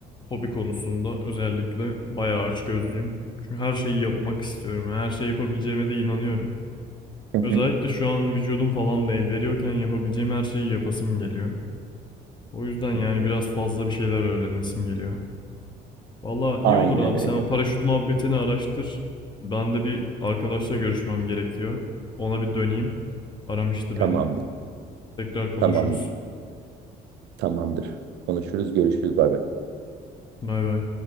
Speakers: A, on the left; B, on the right.
A: hobi konusunda. Özellikle bayağı açgözlüyüm. Çünkü her şeyi yapmak istiyorum. Yani Her şeyi yapabileceğime de inanıyorum.
B: Hı
A: Özellikle
B: hı.
A: şu an vücudum falan da el veriyorken yapabileceğim her şeyi yapasım geliyor. O yüzden yani
B: Hı hı.
A: biraz fazla bir şeyler öğrenesim geliyor. Valla iyi
B: Aynen
A: olur abi
B: öyle.
A: sen o paraşüt muhabbetini araştır. Ben de bir arkadaşla görüşmem gerekiyor. Ona bir döneyim. Aramıştı
B: Tamamdır.
A: beni. Tekrar konuşuruz.
B: Tamamdır. Tamamdır. Konuşuruz, görüşürüz. Bay bay.
A: Bay bay.